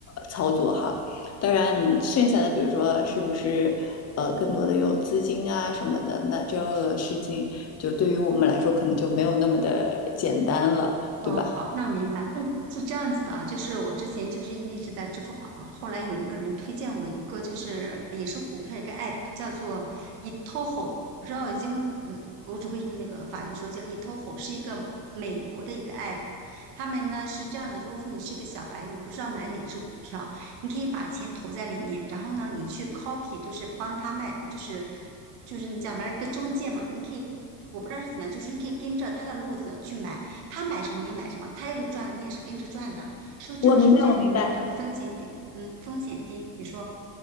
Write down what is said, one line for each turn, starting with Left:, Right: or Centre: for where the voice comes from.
Left: 操作哈。当然，你剩下的比如说是不是呃更多的有资金啊什么的，那这个事情就对于我们来说可能就没有那么的简单了，
Right: 嗯，
Left: 对吧？
Right: 好，那明白。嗯，是这样子的啊，就是我之前就是因为一直在支付宝，后来有一个人推荐我一个，就是也是股票一个 app，叫做 eToro，我不知道英语，呃，我只会用那个法语说叫 eToro，是一个美国的一个 app。他们呢是这样子，如果说你是一个小白，你不知道买哪只股票，你可以把钱投在里面，然后呢，你去 copy，就是帮他卖，就是就是那叫什么来一个中介嘛，你可以，我不知道是怎么样，就是你可以跟着他的路子去买。他买什么你买什么，他要是赚了你也是跟着赚的。说这个是最容易的，
Left: 我明白，我明白，
Right: 风险低，嗯，风险低。你说